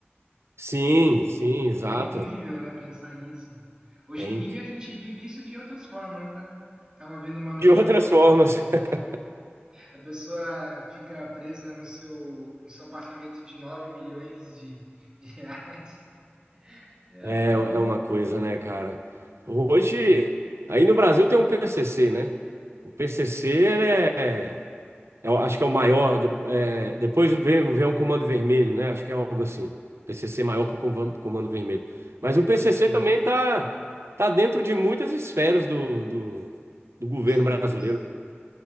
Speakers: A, on the right (about 80°); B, on the right (about 20°).
A: Sim, sim, exato.
B: É incrível, né, pensar nisso. Hoje
A: É
B: em
A: incrível.
B: dia a gente vive isso de outras formas, né? Tava vendo uma notícia,
A: De outras formas. <laughs>
B: a pessoa fica presa no seu, no seu apartamento de 9 milhões de, de reais. É.
A: É, é uma coisa, né, cara? Hoje, aí no Brasil tem um PCC, né? O PCC, É o- acho que é o maior. de- é, depois vem, vem o Comando Vermelho, né? Acho que é algo assim. PCC maior que o Covan- Comando Vermelho. Mas
B: É,
A: o PCC também tá tá dentro de muitas esferas do, do, do governo
B: sim,
A: brasileiro.
B: sim,